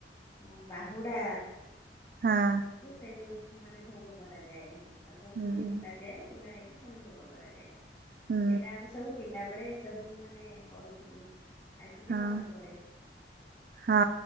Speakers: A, on the left (about 25°); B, on the right (about 50°).
A: ହ ବାହୁଡ଼ା।
B: ହଁ।
A: ସେ ଯୋଉ ମାନେ ଭୋଗ କରାଯାଏ, ରଥକୁ
B: ହୁଁ
A: ପୁଣି ବୁଲାଏ ଯାଏ ବୁଲା ହେଇକି ପୁଣି ଭୋଗ କରାଯାଏ।
B: ହୁଁ
A: ସେଇଟା ଆମେ ସବୁ ପିଲା ବେଳେ ସବୁକୁ ମାନେ କରୁଥିଲୁ ଆଜି ବି
B: ହଁ।
A: ମନେ ପଡ଼େ।
B: ହଁ